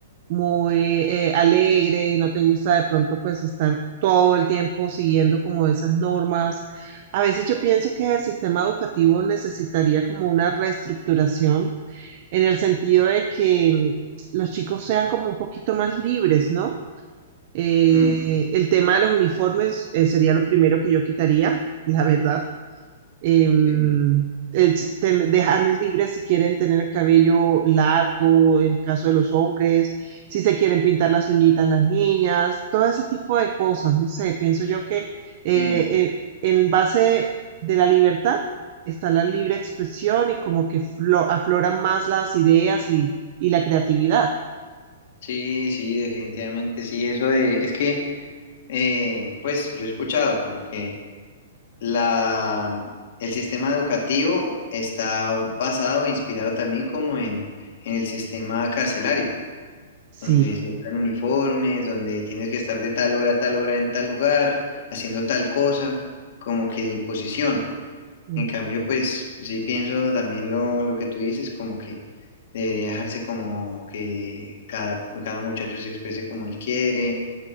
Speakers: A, on the right (about 45°); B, on the left (about 55°).
A: muy eh, alegre, no te gusta de pronto pues estar todo el tiempo siguiendo como esas normas. A veces yo pienso que el sistema educativo necesitaría como una reestructuración en el sentido de que mm, los chicos sean como un poquito más libres, ¿no? Eh,
B: Mm,
A: el tema de los uniformes eh, sería lo primero que yo quitaría, la verdad em,
B: sí,
A: eh, es ten- dejarles libres si quieren tener el cabello largo, en caso de los hombres, si se quieren pintar las uñitas las niñas, todo ese tipo de cosas, no sé, pienso yo que eh,
B: sí,
A: eh, en base de la libertad está la libre expresión y como que flo- afloran más las ideas y, y la creatividad.
B: sí, sí, definitivamente, sí, eso de, es que, eh, pues yo he escuchado como que la, el sistema educativo está basado, inspirado también como en, en el sistema carcelario.
A: Sí.
B: donde se usan uniformes, donde tienes que estar de tal hora a tal hora en tal lugar, haciendo tal cosa, como que de imposición.
A: Ujú.
B: En cambio, pues sí pienso también lo, lo que tú dices, como que debería dejarse como que cada, cada muchacho se exprese como él quiere,